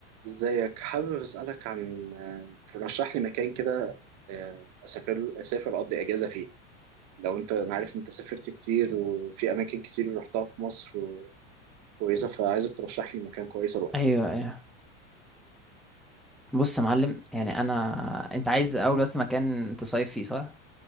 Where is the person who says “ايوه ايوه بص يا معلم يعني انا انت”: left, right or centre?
Centre